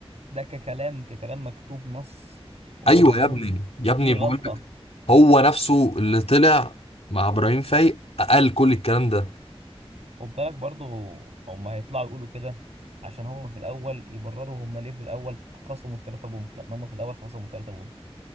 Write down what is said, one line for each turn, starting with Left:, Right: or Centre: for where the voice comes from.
Right: ده ككلام ككلام مكتوب نص وكقانون
Left: ايوه يا ابني يا
Right: دي
Left: ابني
Right: غلطة
Left: بقول لك هو نفسه اللي طلع مع ابراهيم فايق قال كل الكلام ده
Right: خد بالك برضه هم هيطلعوا يقولوا كده عشان هم في الأول يبرروا هم ليه في الأول خصموا التلاتة بونت لأن هم في الأول خصموا التلاتة بونت